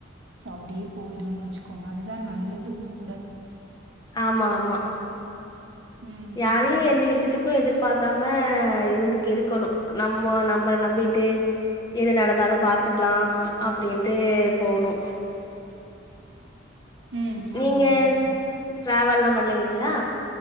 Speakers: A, on the right; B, on the left.
A: சோ அப்டியே போயிடுன் வச்சுக்கோங்க அதுதா நல்லதூங் கூட
B: ஆமா ஆமா
A: ம்.
B: யாரையு எந்த விஷ்யத்துக்கூ எதிர் பாக்காம இருந்துக் இருக்கணு நம்மோ நம்ம நம்பிட்டு எது நடந்தாலு பாத்துக்லா அப்டின்ட்டு போணு
A: ம்.
B: நீங்க
A: ஆமாங்க சிஸ்டர்.
B: ட்ராவல்லா பண்ணுவீங்களா